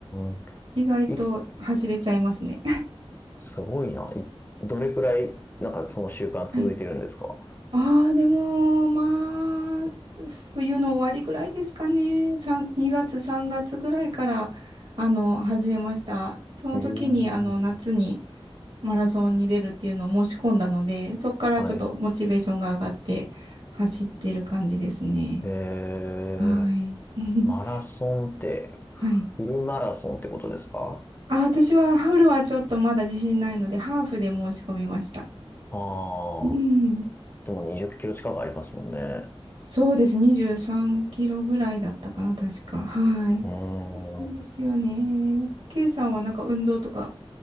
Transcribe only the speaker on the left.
ん。
いつ、すごいな。いどれくらい、なんかその習慣続いてるんですか
うーん。
はい。えー、
マラソンって、フルマラソンってことですか
ああ、
でも20キロ近くありますもんね。
うーん。